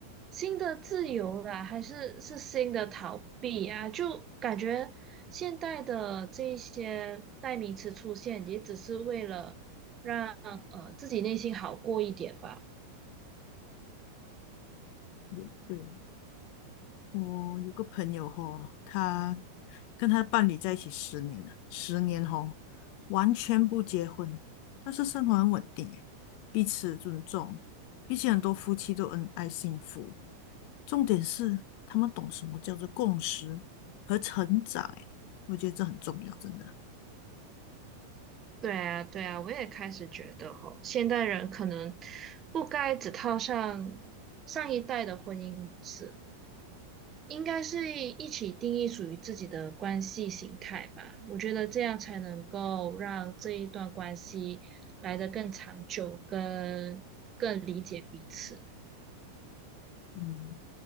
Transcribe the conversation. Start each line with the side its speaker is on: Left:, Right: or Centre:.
Right: 新的自由啦，还是是新的逃避啊？就感觉现代的这一些代名词出现，也只是为了让呃自己内心好过一点吧。
Left: 也对，我有个朋友吼，他跟他的伴侣在一起十年了，十年吼，完全不结婚，但是生活很稳定诶，彼此尊重，比起很多夫妻都恩爱幸福。重点是他们懂什么叫做共识和成长诶，我觉得这很重要，真的。
Right: 对啊，对啊，我也开始觉得吼，现代人可能不该只套上上一代的婚姻模式应该是一起定义属于自己的关系形态吧。我觉得这样才能够让这一段关系来得更长久，跟更理解彼此。
Left: 嗯。